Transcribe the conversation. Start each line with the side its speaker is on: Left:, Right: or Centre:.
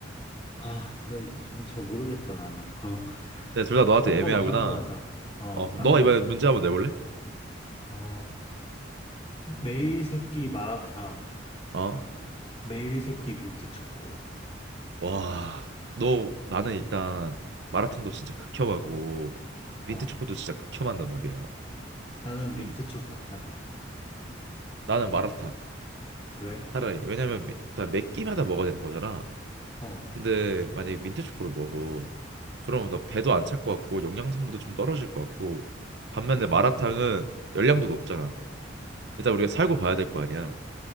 Left: 아, 나 이거 좀 잘 모르겠다 나는. 그럼
Right: 제가 둘 다 너한테
Left: 딴
Right: 애매하구나.
Left: 거, 딴 거 하자. 어,
Right: 어, 그럼
Left: 딴
Right: 너가
Left: 거.
Right: 이번에 문제 한번 내볼래?
Left: 어, 매일 새끼 마라탕,
Right: 어?
Left: 매일 새끼 민트 초코.
Right: 와, 너 나는 일단 마라탕도 진짜 극혐하고 민트
Left: 어,
Right: 초코도 진짜 극혐한단 말이야.
Left: 나는
Right: 근
Left: 민트 초코가 나.
Right: 나는 마라탕
Left: 왜?
Right: 차라리 왜냐면 미, 나매 끼마다 먹어야 되는 거잖아.
Left: 어,
Right: 근데 만약에 민트 초코를 먹어, 그러면 나 배도 안 찰 것 같고 영양 성분도 좀 떨어질 것 같고 반면에 마라탕은
Left: 어,
Right: 열량도 높잖아. 일단 우리가 살고 봐야 될 거 아니야.